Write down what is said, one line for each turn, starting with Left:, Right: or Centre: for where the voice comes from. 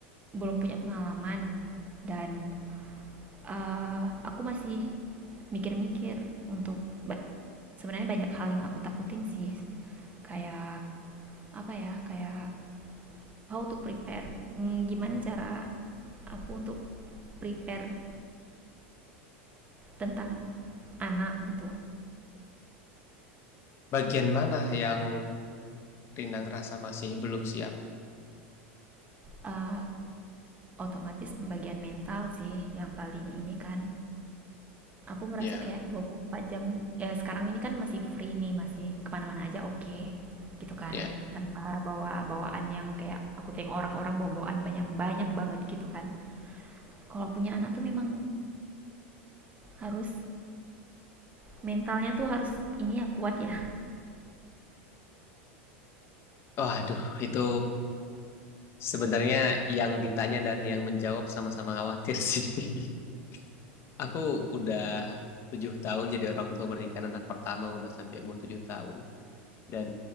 Right: belum punya pengalaman dan eh, aku masih mikir-mikir untuk ba- sebenarnya banyak hal yang aku takutin sih. Kayak apa ya? Kayak how to prepare. Hmm, gimana cara aku untuk prepare tentang anak gitu?
Left: bagian mana yang Rina ngerasa masih belum siap?
Right: Eh, Otomatis pembagian mental sih yang paling ini kan. Aku ngerasa
Left: Ya,
Right: kayak 24 jam ya sekarang ini kan masih free nih, masih kemana-mana aja oke gitu kan.
Left: ya.
Right: Tanpa bawa bawaan yang kayak aku tengok orang-orang bawa bawaan banyak-banyak banget gitu kan. Kalau punya anak tuh memang harus mentalnya tuh harus ini ya kuat ya.
Left: Oh, aduh, itu sebenarnya yang ditanya dan yang menjawab sama-sama khawatir sih. <laughs> Aku udah tujuh tahun jadi orang tua berikan anak pertama udah sampai umur tujuh tahun dan